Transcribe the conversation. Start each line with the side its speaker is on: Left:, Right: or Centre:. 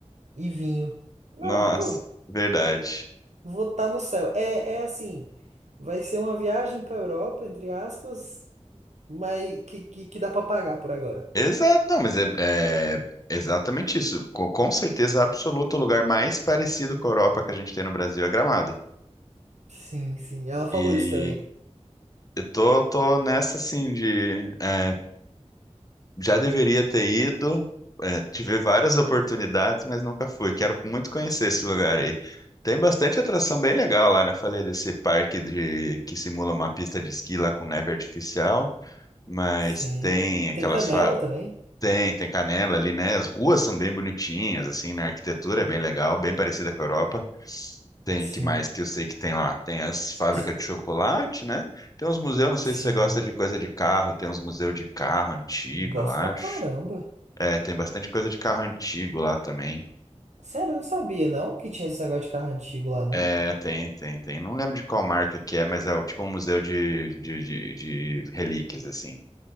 Right: E vinho. Não,
Left: Nossa,
Right: pô,
Left: verdade.
Right: vou estar no céu. É, é assim, vai ser uma viagem pra Europa, entre aspas, mas que, que, que dá pra pagar por agora.
Left: Exato, não, mas é, é exatamente isso. Co- Com, certeza absoluta, o lugar mais parecido com a Europa que a gente tem no Brasil é Gramado.
Right: Sim, sim. Ela falou
Left: E
Right: isso também.
Left: eu tô, tô nessa, assim, de. é, já deveria ter ido, é, tive várias oportunidades, mas nunca fui. Quero muito conhecer esse lugar aí. Tem bastante atração bem legal lá, né? Falei desse parque de que simula uma pista de esqui lá com neve artificial, mas
Right: Sim.
Left: tem aquelas
Right: Tem canela
Left: fa-
Right: também?
Left: tem, tem Canela ali, né? As ruas são bem bonitinhas, assim, na arquitetura é bem legal, bem parecida com a Europa. Tem
Right: Sim.
Left: que mais que eu sei que tem lá? Tem as fábricas
Right: De-
Left: de chocolate, né? Tem uns museus, não sei
Right: Sim.
Left: se você gosta de coisa de carro, tem uns museus de carro antigo,
Right: Gosto
Left: eu acho.
Right: pra caramba.
Left: É, tem bastante coisa de carro antigo lá também.
Right: Sério, eu não sabia não que tinha esse negócio de carro antigo lá, não.
Left: É, tem, tem, tem. Não lembro de qual marca que é, mas é o- tipo um museu de, de, de, de relíquias, assim.